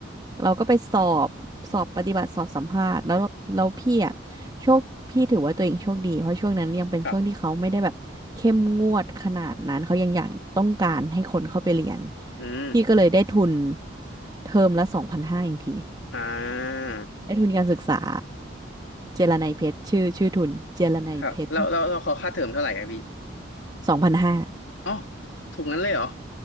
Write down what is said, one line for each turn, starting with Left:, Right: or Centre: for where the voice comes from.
Right: เราก็ไปสอบสอบปฏิบัติสอบสัมภาษณ์แล้วแล้วพี่อะโชคพี่ถือว่าตัวเองโชคดีเพราะช่วงนั้นยังเป็นช่วงที่เขาไม่ได้แบบเข้มงวดขนาดนั้นเขายังอยากต้องการให้คนเข้าไปเรียน
Left: ครับอืม
Right: พี่ก็เลยได้ทุนเทอมละสองพันห้าเองพี่
Left: อ่า
Right: ได้ทุนการศึกษาเจรนัยเพชรชื่อชื่อทุนเจรนัยเพชร
Left: ครับแล้วแล้วเราเขาค่าเทอมเท่าไหร่อะพี่
Right: สองพันห้า
Left: อ๋อถูกงั้นเลยเหรอ